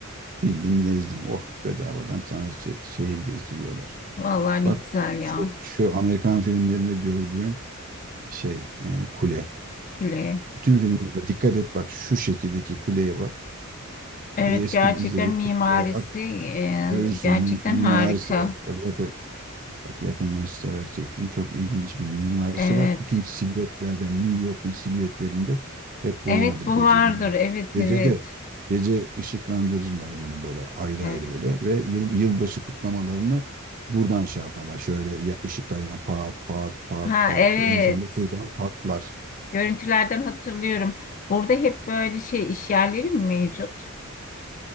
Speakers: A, on the right (about 40°); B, on the left (about 35°).
A: bindim gezdim. Oh bedavadan sana şe- şehir gezdiriyorlar.
B: Vallahi ne
A: Bak
B: güzel
A: şu
B: ya.
A: şu Amerikan filmlerinde gördüğün şey e, kule.
B: Kule.
A: Bütün filmlere dikkat et bak şu şekildeki kuleye bak.
B: Evet
A: E, eski
B: gerçekten
A: izlediğin
B: mimarisi
A: filmlere bak.
B: e,
A: Görürsün
B: gerçekten
A: mim- mimarisi
B: harika.
A: bak. Bak Bak yakınlaştırarak çektim. Çok ilginç bir mimarisi
B: Evet.
A: var. Bütün silüetlerde, New York'un silüetlerinde hep bu
B: Evet
A: vardır
B: bu
A: gece
B: vardır.
A: gündüz.
B: Evet
A: Gecede,
B: evet.
A: gece ışıklandırırlar bunu böyle ayrı
B: Evet.
A: ayrı böyle ve yıl, yılbaşı kutlamalarını buradan şey yaparlar. Şöyle ya ışıklarına pat pat pat
B: Ha
A: pat
B: evet.
A: en sonunda şuradan patlar.
B: Görüntülerden hatırlıyorum. Burada hep böyle şey iş yerleri mi mevcut?